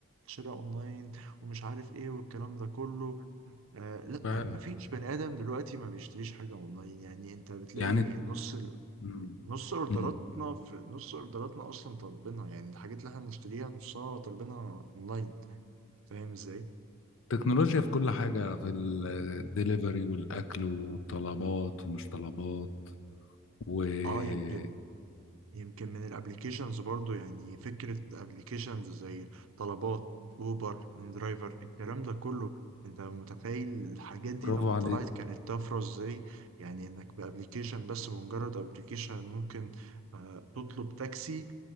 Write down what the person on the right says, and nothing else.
شراء اونلاين ومش عارف ايه والكلام ده كله آه لا
آه، مفيش بني ادم دلوقتي ما بيشتريش حاجه اونلاين يعني انت بتلاقي
نص ال...
نص اوردراتنا
في نص اوردراتنا اصلا طالبينها يعني الحاجات اللي احنا بنشتريها نصها طالبينها اونلاين فاهم ازاي
اه يمكن يمكن من الابليكيشنز برضو يعني فكرة ابليكيشنز زي طلبات اوبر اندرايفر الكلام ده كله انت متخيل الحاجات دي
لما طلعت كانت طفرة ازاي يعني انك بابليكيشن بس بمجرد ابليكيشن ممكن آه، تطلب تاكسي